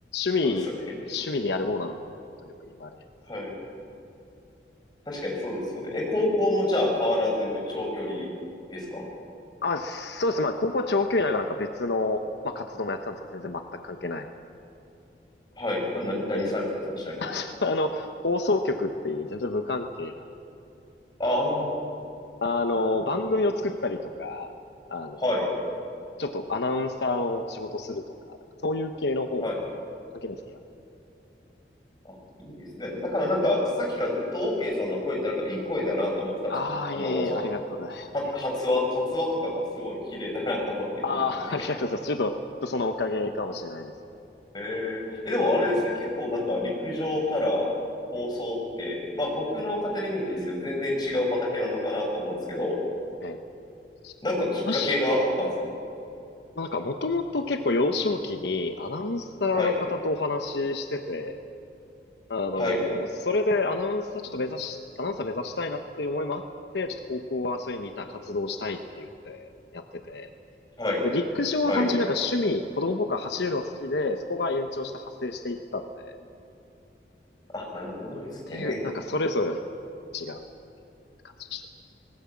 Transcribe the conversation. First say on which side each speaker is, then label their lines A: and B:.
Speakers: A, on the left; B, on the left.
A: 趣味、
B: そうですよね。
A: 趣味でやるものなのみたいなことをよく言われ。
B: はい。確かにそうですよね。え、高校もじゃあ変わらず長距離ですか
A: あ、そうです。まあ、高校長距離ながらなんか別の、まあ、活動もやってたんですけど、全然全く関係ない。
B: はい。あ、な、何されてたんですかちなみに。
A: ええ、<laughs> あそうあの、放送局っていう全然無関係な、
B: ああ、
A: あの、
B: なるほど。
A: 番組を作ったりとか、あの、
B: はい。
A: ちょっとアナウンサーの仕事するとか、なんかそういう系の方を
B: はい。
A: かけいですけど、いや
B: あ、いいですね。だからなんか、さっきからずっと OK さんの声ってなんかいい声だなと思ってたんですよ。
A: ああ、
B: あの、
A: いえいえ、
B: は、
A: ありがとう。
B: は、
A: え、
B: 発話、発話とかがすごい綺麗だなと思って聞いてて。
A: ああ、<laughs> ありがとうございます。ちょっと、ちょっとそのおかげかもしれないです
B: えー、え、でもあれですね、結構なんか陸上から放送って、
A: ね。
B: まあ僕の勝手なイメージですけど、全然違う畑なのかなと思うんですけど、
A: ええ、ええ。
B: なんかきっかけがあったんですか
A: 私、なんかもともと結構幼少期にアナウンサーの方とお話ししてて、
B: はい、
A: あのーそれでアナウンサーちょっと目指し、
B: はい、
A: アナウンサー目指したいなっていう思いもあって、ちょっと高校はそれに似た活動をしたいっていうのでやってて、
B: はい、
A: で、陸上は単純になんか趣味、
B: はい。
A: 子供の頃から走るの好きで、そこが延長して派生していったので、っ
B: あ、なるほどですね。
A: ていう、なんかそれぞれの違う感じでした。